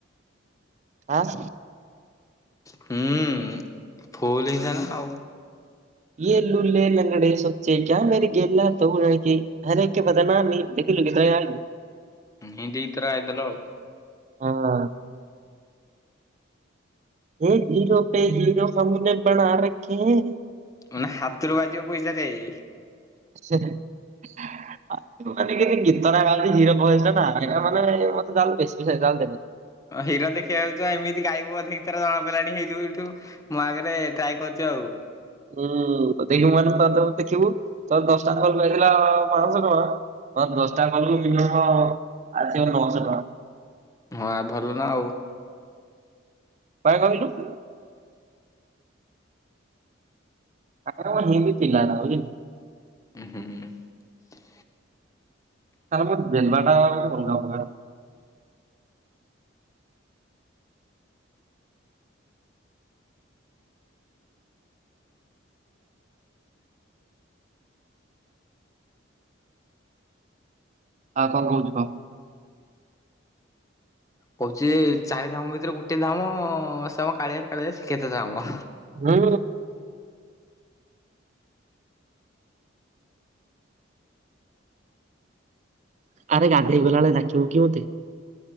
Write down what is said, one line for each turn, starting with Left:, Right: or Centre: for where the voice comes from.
Right: ଆଃ।
Left: ହୁଁ ଉଁ। ଫୁଲ୍ ଇନ୍ ହ୍ୟାଣ୍ଡ ଆଉ।
Right: <unintelligible>
Left: ଉଁ ହୁଁ ଦି ଥର ଆଇଥିଲ ଆଉ।
Right: ହୁଁ । ହେ ହିରୋ ପେ ହିରୋ ହମେନେ ପଡା ରଖେ ଏ।
Left: ମାନେ ହାତରୁ ବାଜିବ ପଇସା ଖାଇବେ।
Right: <unintelligible> ଗୀତଟା ଗା ଉଛୁ ମାନେ ହିରୋ ଭଏସ ନା ସେଇଟା ମତେ ତା ଠୁ ବେଶୀ ପଇସା
Left: ଅ ହୀରା ଦେଖିଇବାକୁ ଚାହିଁ ବୁ ଗାଇବୁ ଯଦି ଗୀତ ବୋଧେ ରେଡ୍ଡୀ ହେଇଥିବୁ ଗାଇବୁ ମୋ ଆଗରେ ଟ୍ରାଏ କରଛ ଆଉ।
Right: ହୁଁ ତ ଦେଇ ମାନଙ୍କ ତା ଦେଖିବୁ ତୋ ଦଶଟା କଲକୁ ଆଈ ଥିଲା ପାଞ୍ଚଶହ ଟଙ୍କା ମୋର ଦଶଟା କଲ୍ କୁ ମିନିମମ୍ ଆସିବ ନଅଶହ ଟଙ୍କା।
Left: ମୁହାଁ ଭଲ ନା ଆଉ।
Right: କାଇଁ କହିଲୁ <inaudible> ଅଙ୍କର ହିନ୍ଦୀ ପିଲା ବୁଝିଲୁ?
Left: ଉ ହୁଁ। <inaudible>
Right: ତାଙ୍କର ସବୁ ଦେବାଟା ହଉଛି ଅଲଗା ପ୍ରକାର ଆଉ କଣ କହୁଛୁ କହ?
Left: କହୁଛି ଚାରି ଟା କାମ ଭିତରେ ଗୋଟେ ଗୋଟେ ଧାମ ସେ ଆମ କାଳିଆ ରେ କାଳିଆ ରେ ଶିକ୍ଷେତ୍ର ଧାମ।
Right: ହୁଁ। ଆରେ ଗାଧେଇ ଗଲାବେଳେ ଡାକିବୁ କି ମୋତେ